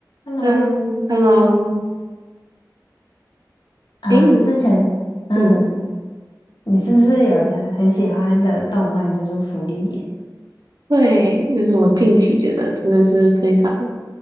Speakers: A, on the left; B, on the right.
A: Hello，
B: 嗯，Hello，
A: 啊，
B: 诶，你
A: 之前，嗯，
B: 嗯，
A: 你是不是有一个很喜欢的动漫叫做《芙莉莲》？
B: 对，那是我近期觉得真的是非常